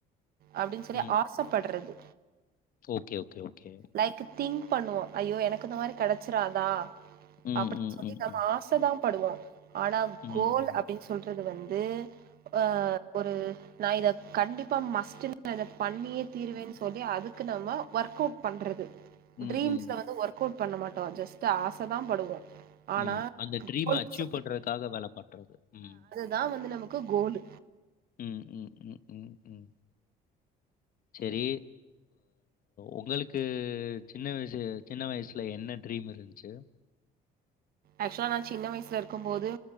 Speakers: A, on the right; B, on the left.
A: அப்டின்னு சொல்லி
B: ம்.
A: ஆசப்பட்றது
B: okay okay okay
A: like think பண்ணுவோ ஐயோ எனக்கு இந்த மாரி கெடச்சிராதா
B: ம்,
A: அப்
B: ம், ம்,
A: நம்ம
B: ம்.
A: ஆச தா படுவோ ஆனா
B: ம்,
A: கோல்
B: ம்.
A: அப்டின் சொல்றது வந்து ஆ ஒரு நா இத கண்டிப்பா மஸ்ட் இத பண்ணியே தீருவேன்னு சொல்லி அது அதுக்கு நாம ஒர்க் அவுட் பண்றது
B: ம்,
A: ட்ரீம்ஸ்ல
B: ம்,
A: வந்து ஒர்க் ஒர்க்கவுட் பண்ண மாட்டோ ஜஸ்ட் ஆச தா படுவோ ஆனா
B: உம் அந்த ட்ரீம்
A: கோல்னு
B: அச்சீவ் பண்றக்காக வேல பண்றது உம்
A: தா வந்து நமக்கு கோலு
B: உம் உம் உம் உம் உம் சரி ஒங்களுக்கு சின்ன வயசு சின்ன வயசுல என்ன ட்ரீம் இருந்துச்சு
A: ஆக்சுவலா நா சின்ன வயசுல இருக்கும்போது